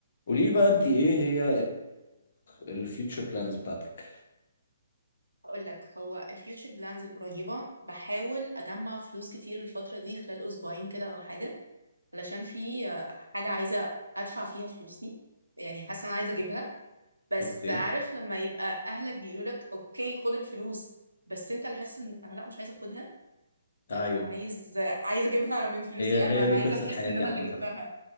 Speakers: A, on the left (about 50°); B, on the right (about 90°).
A: قولي لي بقى انت ايه هي الفيوتشر بلانز بتاعتك
B: هقول لك هو الفيوتشر بلانز القريبة بحاول أجمع فلوس كتير الفترة دي خلال أسبوعين كده أو حاجة علشان في آه، حاجة عايزة أدفع فيها فلوسي يعني حاسة أنا عايزة أجيبها بس
A: اوكي
B: عارف لما يبقى أهلك بيقولوا لك أوكي خد الفلوس بس أنت اللي حاسس إن أنا لأ مش عايزة أخدها لأ
A: ايوه
B: أنا عايز عايزة أجيبها من فلوسي
A: هي
B: أنا
A: هي
B: أنا
A: دي قصة
B: عايزة أحس
A: حياتي
B: إن أنا
A: عامة
B: اللي جبتها